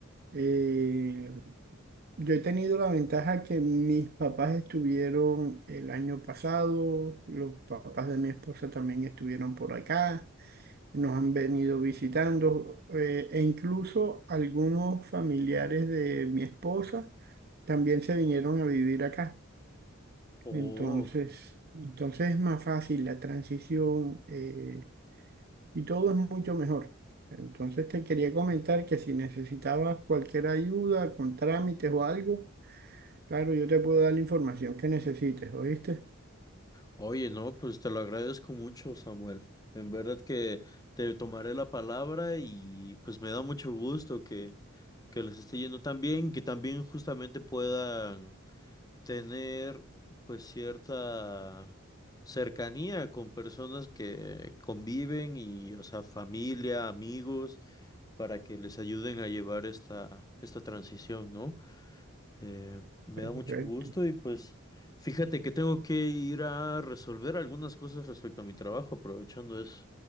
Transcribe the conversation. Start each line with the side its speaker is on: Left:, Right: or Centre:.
Right: eh, yo he tenido la ventaja que mis papás estuvieron el año pasado, los papás de mi esposa también estuvieron por acá, nos han venido visitando, eh, e incluso algunos familiares de mi esposa también se vinieron a vivir acá.
Left: Oh.
Right: Entonces, entonces es más fácil la transición. eh, y todo es mucho mejor. Entonces te quería comentar que si necesitabas cualquier ayuda con trámites o algo, claro, yo te puedo dar la información que necesites, ¿oíste?
Left: Oye, no, pues te lo agradezco mucho, Samuel. En verdad que te tomaré la palabra y pues me da mucho gusto que, que les esté yendo tan bien, que también justamente puedan tener pues cierta cercanía con personas que conviven y, o sea, familia, amigos, para que les ayuden a llevar esta, esta transición, ¿no? Eh, me
Right: Perfecto.
Left: da mucho gusto y pues fíjate que tengo que ir a resolver algunas cosas respecto a mi trabajo, aprovechando eso.